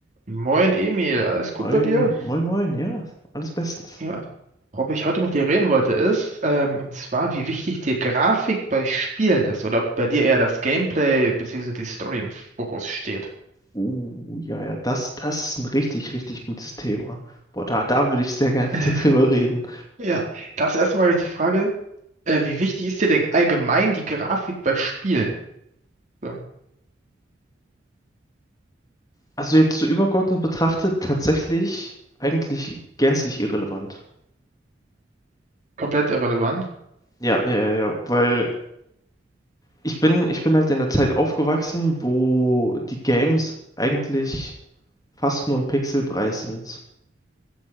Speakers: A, on the right; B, on the left.
A: Moin Emil, alles gut
B: Moin,
A: bei dir?
B: moin, moin, ja, alles bestens.
A: Ja, worüber ich heute mit dir reden wollte ist, ähm, und zwar, wie wichtig dir Grafik bei Spielen ist oder ob bei dir eher das Gameplay bzw. die Story im Fokus steht.
B: Uh, ja, ja, das, das ist ein richtig, richtig gutes Thema. Boah, da, da würde ich sehr gerne mit
A: Äh,
B: dir <laughs> drüber reden.
A: Ja, das erstmal gleich die Frage, äh, wie wichtig ist dir denn allgemein die Grafik bei Spielen? So,
B: Also jetzt so übergeordnet betrachtet, tatsächlich eigentlich gänzlich irrelevant.
A: komplett irrelevant.
B: Ja, ja, ja, ja, weil ich bin, ich bin halt in der Zeit aufgewachsen, wo die Games eigentlich fast nur ein Pixelbrei sind.